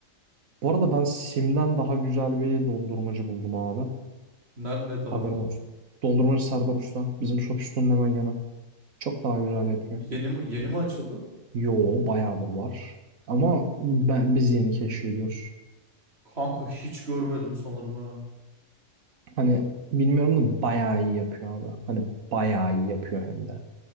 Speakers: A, on the right; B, on the right.
A: Bu arada ben Sim'den daha güzel bir dondurmacı buldum abi.
B: Ne, ne tarafta?
A: Haberin olsun. Dondurmacı Serdar Usta. Bizim Sofisto'nun hemen yanı. Çok daha güzel yapıyor.
B: Yeni mi, yeni mi açıldı?
A: Yo bayağıdır var. Ama ben, biz yeni keşfediyoruz.
B: Kanka hiç görmedim sanırım ha.
A: Hani bilmiyorum da bayağı iyi yapıyor abi. Hani bayağı iyi yapıyor hem de.